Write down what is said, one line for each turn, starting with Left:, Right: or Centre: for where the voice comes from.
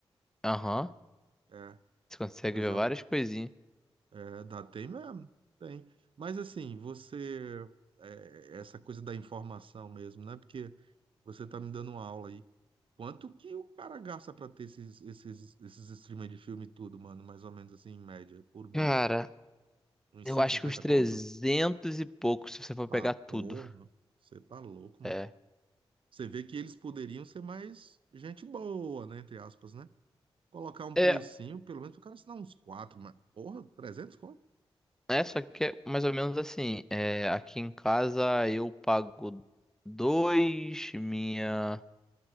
Centre: aham.
Right: É,
Centre: Você consegue
Right: eu
Centre: ver
Right: já
Centre: várias coisinhas.
Right: É, dá, tem mesmo, tem. Mas assim, você, é, essa coisa da informação mesmo, né? Porque você tá me dando uma aula aí. Quanto que o cara gasta pra ter esses, esses, esses streamers de filme e tudo, mano? Mais ou menos assim, em média, por mês.
Centre: Cara,
Right: Uns
Centre: eu
Right: cento
Centre: acho
Right: e cinquenta
Centre: que uns 300
Right: conto?
Centre: e pouco, se você for
Right: Tá,
Centre: pegar tudo.
Right: porra. Você tá louco, mano.
Centre: É.
Right: Você vê que eles poderiam ser mais gente boa, né? Entre aspas, né? Colocar um
Centre: É,
Right: precinho, pelo menos o cara assinar uns quatro, mas, porra, trezentos conto?
Centre: é, só que é mais ou menos assim. É, aqui em casa eu pago dois, minha